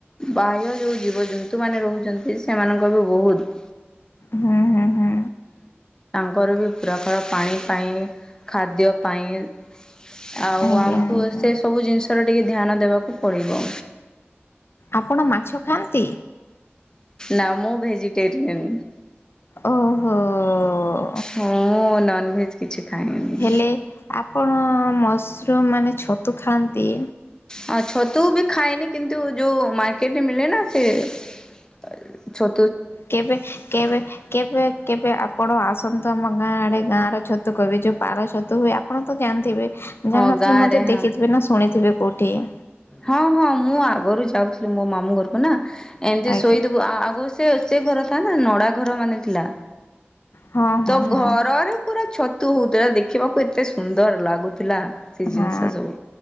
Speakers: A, on the left; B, on the left.
A: ବାହ୍ୟ ଯୋଉ ଜୀବ ଯେନ୍ତୁମାନେ ରହୁଛନ୍ତି ସେମାନଙ୍କ ବି ବହୁତ
B: ହୁଁ ହୁଁ ହୁଁ।
A: ଘର ବି ପୁରା ଘର ପାଣି ପାଇଁ ଖାଦ୍ୟ ପାଇଁ। ଆଉ
B: ଆଜ୍ଞା
A: ଆମକୁ
B: ଆଜ୍ଞା
A: ସେ ସବୁ ଜିନିଷ ତର ଟିକେ ଧ୍ୟାନ ଦେବାକୁ ପଡିବ।
B: ଆପଣ ମାଛ ଖାଆନ୍ତି?
A: ନାଁ ମୁଁ ଭେଜିଟେରିୟନ୍।
B: ଓହୋ ଓ-ଓ-ଓ।
A: ମୁଁ ଉ-ଉ ନନଭେଜ୍ କିଛି ଖାଏନି।
B: ହେଲେ ଆପଣ ମସରୁମ୍ ମାନେ ଛତୁ ଖାଆନ୍ତି?
A: ହଁ ଛତୁ ବି ଖାଏନି କିନ୍ତୁ ଯୋ ମାର୍କେଟରେ ମିଳେ ନା ସେ ଏ ଛ
B: କେବେ କେବେ କେବେ କେବେ ଆପଣ ଆସନ୍ତୁ ଆମ ଗାଁ ଆଡେ ଗାଁ ର ଛତୁ କହିବେ ଯଉ ପାଳ ଛତୁ ହୁଏ ଆ ଆପଣ ତ ଜାଣିଥିବେ। ଜାଣିନଥିଲେ
A: ହଁ ଗାଁରେ
B: ମଧ୍ୟ ଦେଖିଥିବେ
A: ହଁ
B: ନା ଶୁଣିଥିବେ ପୋଠିଏ
A: ହଁ ହଁ ମୁଁ ଆଗରୁ ଯାଉଥିଲି ମୋ ମାମୁଁ ଘରକୁ ନା। ଏମିତି
B: ଆଜ୍ଞା
A: ଶୋଇଦବୁ ଆ ଆଗୁ ସେ ସେ ଘର ଥା ନା ନଡା ଘର ମାନେ ଥିଲା।
B: ହଁ ହଁ
A: ତୋ
B: ହଁ
A: ଘରରେ ପୁରା ଛ ତୁ ତୋରା ଦେଖିବାକୁ ଏତେ ସୁନ୍ଦର ଲାଗୁଥିଲା। ସେ
B: ହଁ।
A: ଜିନିଷ ସବୁ